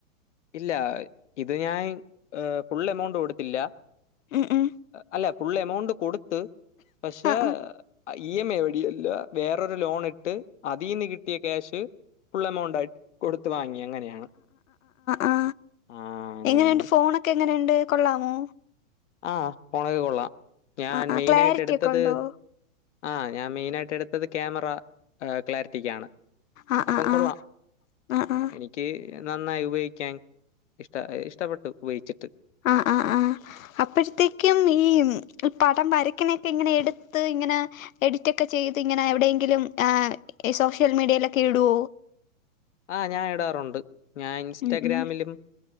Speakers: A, on the left; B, on the left.
A: ഇല്ല ഇത് ഞാൻ ഫുൾ എമൗണ്ട് കൊടുത്തില്ല.
B: ഉം ഉം
A: അല്ല ഫുൾ എമൗണ്ട് കൊടുത്ത് പക്ഷേ
B: ആഹ് ആഹ്
A: ഇ എം ഐ വഴിയല്ല വേറൊരു ലോൺ ഇട്ട് അതിൽന്ന് കിട്ടിയ ക്യാഷ് ഫുൾ എമൗണ്ട് ആയിട്ട് കൊടുത്തു വാങ്ങി അങ്ങനെയാണ്.
B: ആ
A: ആഹ് അങ്ങനെയാണ്
B: എങ്ങനെയണ്ട് ഫോണൊക്കെ എങ്ങനെയുണ്ട് കൊള്ളാമോ?
A: ആഹ് ഫോണൊക്കെ കൊള്ളാം. ഞാൻ
B: ആഹ് ആഹ്
A: മെയിനായിട്ട്
B: ക്ലാരിറ്റി
A: എട്ത്തത്
B: ഒക്കെ ഉണ്ടോ
A: ആഹ് ഞാൻ മെയിനായിട്ടെടുത്തെ ക്യാമറ എ ക്ലാരിറ്റിക്കാണ്.
B: ആഹ്
A: അപ്പം
B: ആഹ്
A: കൊള്ളാം
B: ആഹ് ആഹ് ആഹ്
A: എനിക്ക് നന്നായി ഉപയോഗിക്കാൻ ഇഷ്ട ഇഷ്ട്ടപ്പെട്ടു. ഉപയോഗിച്ചു.
B: ആഹ് ആഹ് ആഹ് അപ്പഴത്തേക്കും ഈമ് ഈ പടം വരയ്ക്കിണെക്കെ ഇങ്ങനെ എട്ത്ത് ഇങ്ങനെ എഡിറ്റൊക്കെ ചെയ്ത് ഇങ്ങനെ എവിടേങ്കിലും ആഹ് സോഷ്യൽ മീഡിയയിലൊക്കെ ഇടോ.
A: ആഹ് ഞാൻ ഇടാറുണ്ട്. ഞാൻ ഇൻസ്റ്റാഗ്രാമിലും
B: ഉം ഉം